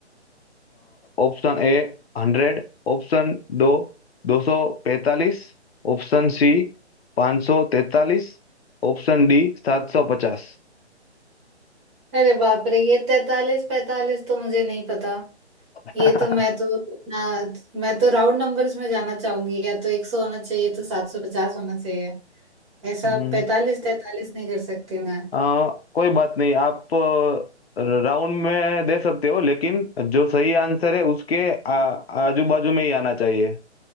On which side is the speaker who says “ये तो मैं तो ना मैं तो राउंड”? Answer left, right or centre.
Right